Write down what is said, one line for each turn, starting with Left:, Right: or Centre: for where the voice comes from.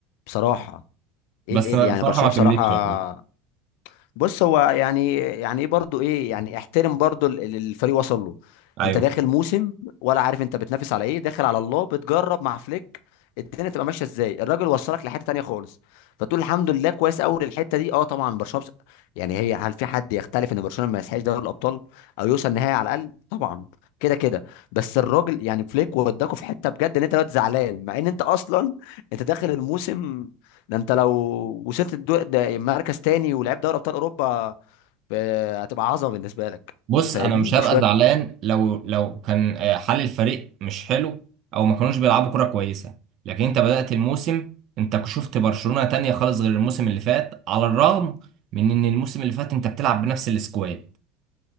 Left: بصراحه ايه
Right: بس
Left: ال- ايه
Right: أنا
Left: ال- يعني
Right: الفرحة
Left: برشلونه
Right: ما كملتش
Left: بصراحه
Right: يعني
Left: بص هو يعني يعني ايه برضو ايه يعني احترم برضو ال- اللي الفريق وصل له
Right: ايوه
Left: انت داخل موسم ولا عارف انت بتنافس على ايه داخل على الله بتجرب مع فليك الدنيا تبقى ماشيه ازاي الراجل وصلك لحته تانية خالص فتقول الحمد لله كويس قوي للحته دي اه طبعا برشلونه بس- يعني هي هل في حد يختلف ان برشلونه ما يسحقش دوري الابطال او يوصل نهائي على الاقل طبعا كده كده بس الراجل يعني فليك وداكوا في حته بجد ان انت دلوقتي زعلان مع ان انت اصلا انت داخل الموسم ده انت لو وصلت الدو... ده مركز تاني ولعبت دوري ابطال اوروبا ف- هتبقى عظمه بالنسبه لك
Right: بص
Left: فاهمني
Right: انا مش
Left: بشويه
Right: هبقى زعلان لو لو كان آه، حال الفريق مش حلو او ما كانوش بيلعبوا كرة كويسة لكن انت بدأت الموسم انت شفت برشلونة تانية خالص غير الموسم اللي فات على الرغم من ان الموسم اللي فات انت بتلعب بنفس السكواد